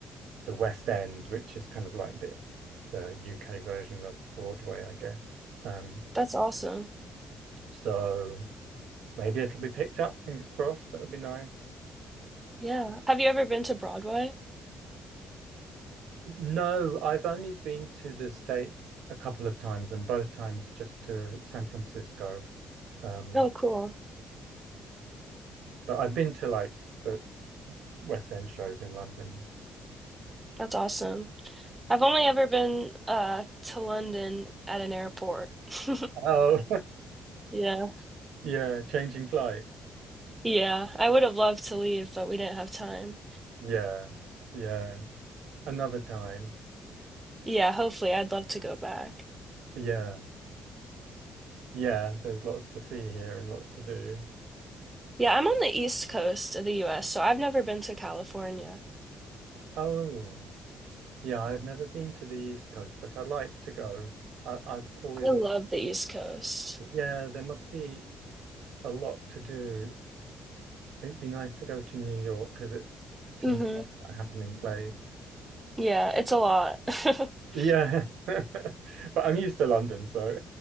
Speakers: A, on the right; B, on the right.
A: the West End, which is kind of like the the UK version of Broadway, I guess. Um,
B: That's awesome.
A: so maybe it'll be picked up, fingers crossed. That would be nice.
B: Yeah. Have you ever been to Broadway?
A: No, I've only been to the States a couple of times, and both times just to San Francisco. Um,
B: Oh, cool.
A: but I've been to like the West End shows in London.
B: That's awesome. I've only ever been uh to London at an airport. <laughs>
A: Oh,
B: Yeah.
A: <laughs> yeah, changing flight.
B: Yeah. I would have loved to leave, but we didn't have time.
A: Yeah, yeah. Another time.
B: Yeah, hopefully I'd love to go back.
A: Yeah, yeah. There's lots to see here and lots to do.
B: Yeah, I'm on the East Coast of the US, so I've never been to California.
A: Oh, yeah. I've never been to the East Coast, but I'd like to go. I, I've always,
B: I love the East Coast.
A: yeah. There must be a lot to do It'd be nice to go to New York because it seems
B: hmm
A: like a happening place.
B: Yeah, it's a lot. <laughs>
A: Yeah, <laughs> but I'm used to London, so